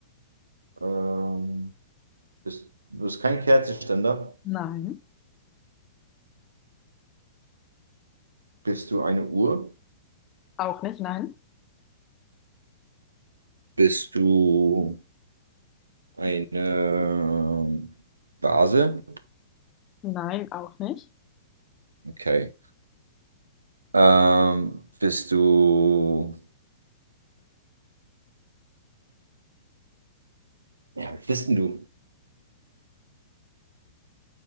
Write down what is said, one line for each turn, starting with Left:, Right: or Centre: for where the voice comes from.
Right: Ähm, bist, du bist kein Kerzenständer.
Left: Nein,
Right: Bist du eine Uhr?
Left: auch nicht, nein.
Right: Bist du eine Vase?
Left: Nein, auch nicht.
Right: Okay. Ähm, bist du. Ja, was bist denn du?